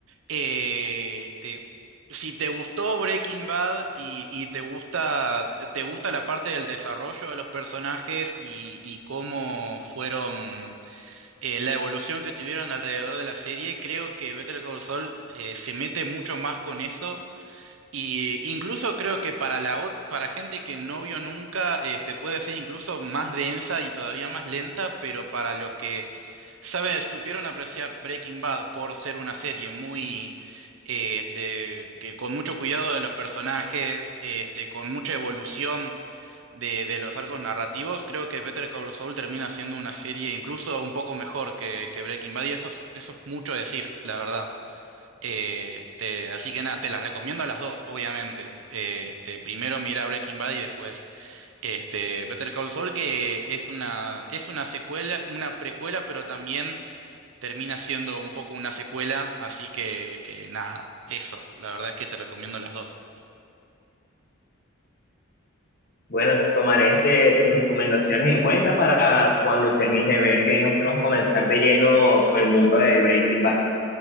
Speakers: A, on the right; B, on the left.
A: eh, te- si te gustó Breaking Bad y, y te gusta, te gusta la parte del desarrollo de los personajes y, y cómo fueron, eh, la evolución que tuvieron alrededor de la serie, creo que Better Call Saul eh, se mete mucho más con eso. Y incluso creo que para la ot- para gente que no vio nunca, este, puede ser incluso más densa y todavía más lenta, pero para los que ¿Sabes? Supieron apreciar Breaking Bad por ser una serie muy, eh, este, que con mucho cuidado de los personajes, este, con mucha evolución de, de los arcos narrativos. Creo que Better Call Saul termina siendo una serie incluso un poco mejor que, que Breaking Bad y eso es, eso es mucho decir, la verdad. Eh, te- así que nada, te las recomiendo a las dos, obviamente. Eh, este, primero mira Breaking Bad y después este, Better Call Saul, que es una, es una secuela, una precuela, pero también termina siendo un poco una secuela, así que, que nada, eso, la verdad es que te recomiendo las dos.
B: Bueno, tomaré este, tus recomendaciones en cuenta para cuando termine de ver Game of Thrones comenzar de lleno con el mundo de Breaking Bad.